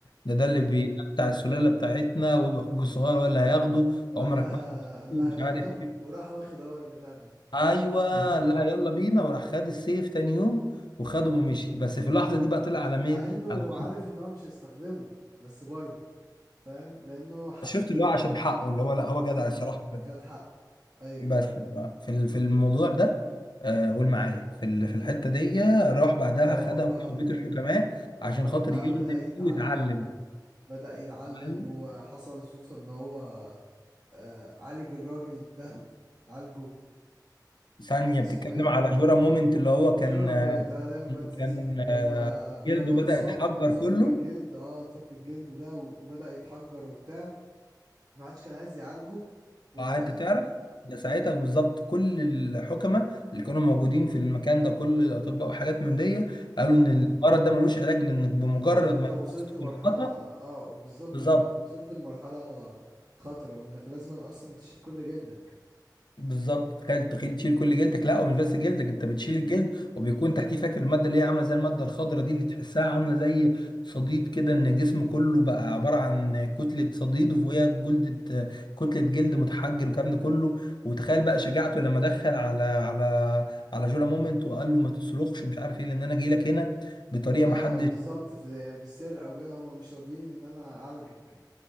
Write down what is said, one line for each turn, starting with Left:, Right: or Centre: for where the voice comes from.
Left: ده ده
Right: ايوه
Left: اللي بي... ده بتاع السلاله بتاعتنا ويبقى اخوك الصغير هو اللي هياخده
Right: وقال
Left: عمرك
Right: لها
Left: ما هتشوفه،
Right: قال
Left: مش
Right: لها يلا
Left: عارف ايه
Right: وراح واخد هو البتاع ده
Left: ايوه
Right: <laughs>
Left: قال لها يلا بينا وراح خد السيف تاني يوم وخده ومشي بس في اللحظه دي بقى طلع على مين
Right: مع انه
Left: على
Right: عارف
Left: مين
Right: ان هو مش هيستخدمه بس برضه فاهم لانه هو حقه
Left: شفت اللي هو عشان حقه اللي هو لا هو
Right: بالظبط
Left: جدع الصراحه
Right: خد حقه ايوه
Left: بس بقى في ال- في الموضوع ده آه، قول معايا في ال- في الحته دي راح بعدها
Right: ان هو
Left: خدها
Right: اه
Left: وحبيت الحكماء عشان
Right: وراح
Left: خاطر
Right: بقى
Left: يخدم
Right: بدأ يتعلم
Left: فيه ويتعلم
Right: بدأ يتعلم
Left: فاهم؟
Right: وحصل الصدفة ان هو آه عالج الراجل ده عالجه
Left: ثانيه
Right: كان اسمه
Left: بتتكلم
Right: ايه
Left: على جورا مومنت اللي هو كان
Right: جورا مومنت انا دايما
Left: اللي
Right: بنسى
Left: كان
Right: اسمه لما
Left: جلده
Right: لما
Left: بدا
Right: اتصاب
Left: يتحجر
Right: اتصاب
Left: كله
Right: بالجلد اه اتصاب بالجلد ده و- وبدأ يتحجر وبتاع ما حدش كان عايز يعالجه و
Left: آه، انت تعرف ده ساعتها بالظبط كل الحكماء اللي كانوا موجودين في المكان ده كل الاطباء وحاجات من دي قالوا
Right: ايوه
Left: ان المرض ده ملوش علاج لانك بمجرد
Right: او انت
Left: ما
Right: وصلت
Left: يحصل
Right: مرحلة
Left: بالخطا
Right: اه وبالظبط
Left: بالظبط
Right: وانك وصلت لمرحلة خطرة وانك لازم اصلا تشيل كل جلدك
Left: بالظبط تخيل تخيل تشيل كل جلدك لا ومش بس جلدك انت بتشيل الجلد وبيكون تحتيه فاكر الماده اللي هي عامله زي الماده الخضراء دي اللي تحسها عامله زي صديد كده ان الجسم كله بقى عباره عن كتله صديد وفوقيها جلدة كتله جلد متحجر والكلام ده كله وتخيل بقى شجاعته لما دخل على على على جولا مومنت وقال له ما تصرخش ومش عارف ايه لان انا جاي لك هنا بطريقه
Right: اه
Left: ما حدش
Right: بالظبط في يعني في السر او كده هم مش راضيين ان انا اعالجك